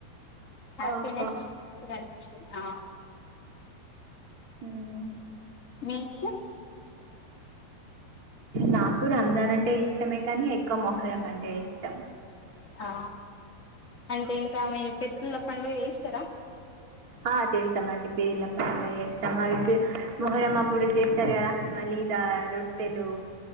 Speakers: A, on the left; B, on the right.
A: హ్యాపీనెస్
B: ఆహా
A: <unintelligible> ఆ
B: హ్మ్ మ్మ్
A: మీకు
B: నాకు రంజాన్ అంటే ఇష్టమే కానీ, ఎక్కువ మొహరం అంటే ఇష్టం.
A: ఆ అంటే ఇంకా మీ పెద్దుల పండుగ చేస్ తరా
B: ఆ చేస్తామండి పీర్ల పండుగ చేస్తాం. అవి మొహర్రం అప్పుడు చేస్తరు కదా మలీదా, రొట్టెలు